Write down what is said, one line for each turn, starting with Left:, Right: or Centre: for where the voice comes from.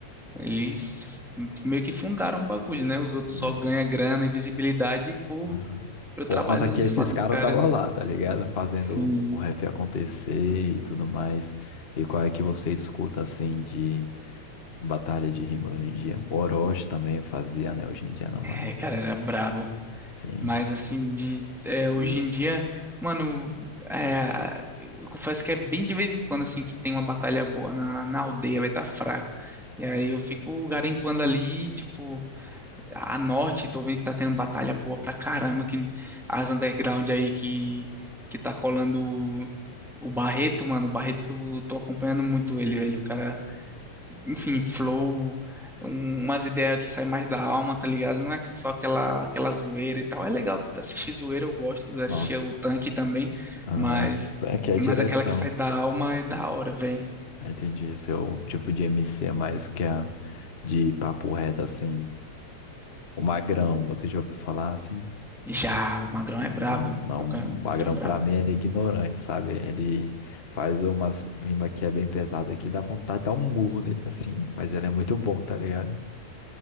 Centre: eles meio que fundaram o bagulho, né? Os outros
Left: né?
Centre: só ganham grana e visibilidade por,
Left: Aham.
Centre: pelo
Left: Por
Centre: trabalho
Left: conta que esses
Centre: suado
Left: caras
Centre: dos caras.
Left: estavam lá, tá ligado? Fazendo
Centre: Sim.
Left: o rap acontecer e tudo mais. E qual é que você escuta, assim, de batalha de rima hoje em dia? O Orochi também fazia, né? Hoje em dia não
Centre: É,
Left: mais.
Centre: cara, era brabo.
Left: Sim.
Centre: Mas assim, de é,
Left: Sim.
Centre: hoje em dia, mano, é, eu confesso que é bem de vez em quando assim que tem uma batalha boa na, na aldeia, vai estar fraco. E aí eu fico garimpando ali, tipo, a norte, tô vendo que tá tendo batalha boa pra caramba, que as underground aí que, que tá colando o Barreto, mano, o Barreto, tô, tô acompanhando muito ele, velho. O cara enfim, flow, um- umas ideias que saem mais da alma, tá ligado? Não é que- só aquela, aquela zoeira e tal. É legal assistir zoeira, eu gosto de assistir
Left: Nossa.
Centre: o tanque também,
Left: Aham.
Centre: mas,
Left: Então, que é
Centre: mas
Left: diretão.
Centre: aquela que sai da alma é da hora, velho.
Left: Entendi. O seu tipo de MC é mais que a de papo reto, assim. O Magrão, você já ouviu falar assim?
Centre: Já, o Magrão
Left: Então,
Centre: é brabo. O
Left: não,
Centre: Magrão,
Left: o
Centre: é, o Magrão
Left: Magrão
Centre: é brabo.
Left: pra mim ele é ignorante, sabe? Ele faz umas rima que é bem pesada que dá vontade de dar um murro nele assim, mas ele é muito bom, tá ligado?